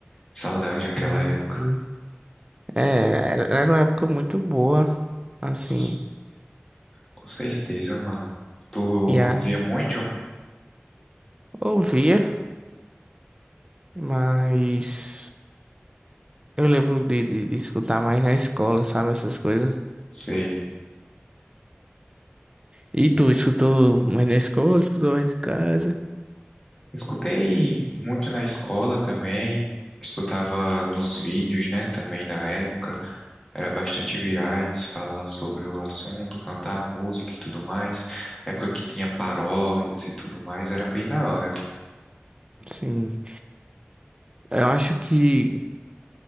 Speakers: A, on the left; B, on the right.
A: Saudade daquela
B: Sim,
A: época.
B: sim. É, era era uma época muito boa, assim,
A: Com, com certeza, mano. Tu ouvia
B: e a
A: muito?
B: ouvia, mas eu lembro de, de, de escutar mais na escola, sabe, essas coisas.
A: Sei.
B: E tu escutou mais na escola, escutou mais de casa?
A: Escutei muito na escola também. Escutava nos vídeos, né, também da época. Era bastante virais, falar sobre o assunto, cantar música e tudo mais. Época que tinha paródias e tudo mais, era bem da hora.
B: Sim, eu acho que